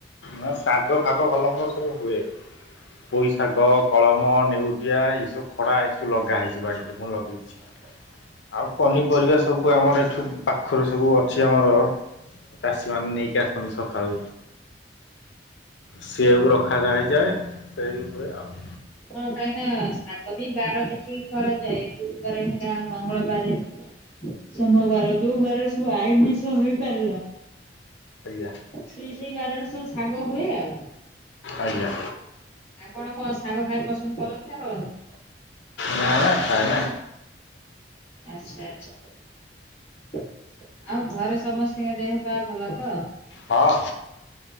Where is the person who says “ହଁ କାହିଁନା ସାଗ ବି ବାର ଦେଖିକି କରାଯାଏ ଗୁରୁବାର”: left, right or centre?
Left